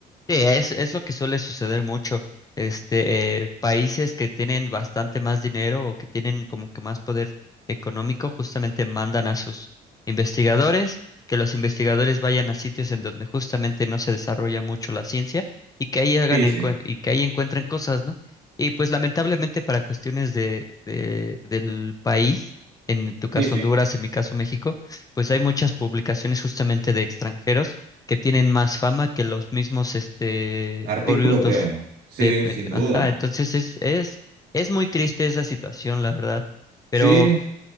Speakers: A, on the left; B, on the right.
A: Sí, es, es lo que suele suceder mucho. Este, eh, países que tienen bastante más dinero o que tienen como que más poder económico, justamente mandan a sus investigadores, que los investigadores vayan a sitios en donde justamente no se desarrolla mucho la ciencia y que ahí hagan
B: Sí,
A: encue-
B: sí,
A: y que ahí encuentren cosas, ¿no? Y pues lamentablemente para cuestiones de, de- del país, en tu caso
B: sí, sí.
A: Honduras, en mi caso México, pues hay muchas publicaciones justamente de extranjeros que tienen más fama que los mismos este
B: Artículos
A: oriundos.
B: de... Sí,
A: Eh,
B: sin duda.
A: ajá, entonces es, es, es muy triste esa situación, la verdad. Pero
B: Sí,